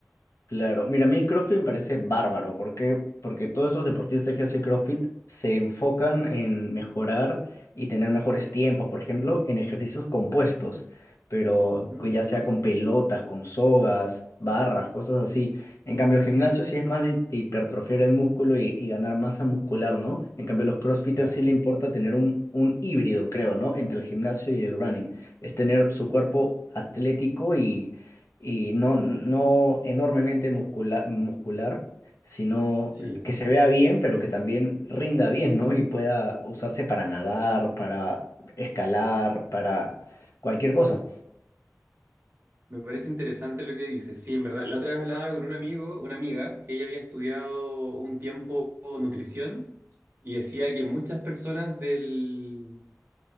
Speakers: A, on the left; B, on the right.
A: Claro, mira, a mí el CrossFit me parece bárbaro, ¿por qué? Porque todos esos deportistas que hacen CrossFit se enfocan en mejorar y tener mejores tiempos, por ejemplo, en ejercicios compuestos, pero
B: Ujú,
A: que ya sea con pelotas, con sogas, barras, cosas así. En cambio, el gimnasio sí es más de, de hipertrofiar el músculo y, y ganar masa muscular, ¿no? En cambio, a los CrossFitters
B: Claro,
A: sí le importa tener un, un híbrido, creo, ¿no? Entre el gimnasio y el running. Es tener su cuerpo atlético y y no, no enormemente muscula- muscular, sino
B: sí.
A: que se vea bien, pero que también rinda bien, ¿no? Y pueda usarse para nadar, para escalar, para cualquier cosa.
B: Me parece interesante lo que dices. Sí, en verdad. La otra vez hablaba con un amigo, una amiga, que ella había estudiado un tiempo nutrición y decía que muchas personas del,